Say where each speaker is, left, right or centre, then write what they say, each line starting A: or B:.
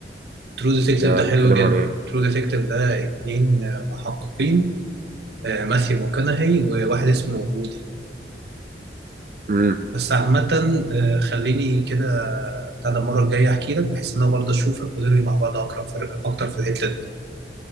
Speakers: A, on the right; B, on the right.
A: ترو ديتكتيف
B: ده
A: ده
B: بيتكلم
A: حلو جدا
B: عن إيه؟
A: ترو ديتكتيف ده اتنين آه، محققين آه، ماثيو ماكونهي وواحد اسمه وودي
B: امم
A: بس عامة آه، خليني كده بتاع ده المرة الجاية احكي لك بحيث ان انا برضه اشوفك ونروي مع بعض اقرب في- اكتر في الحتة دي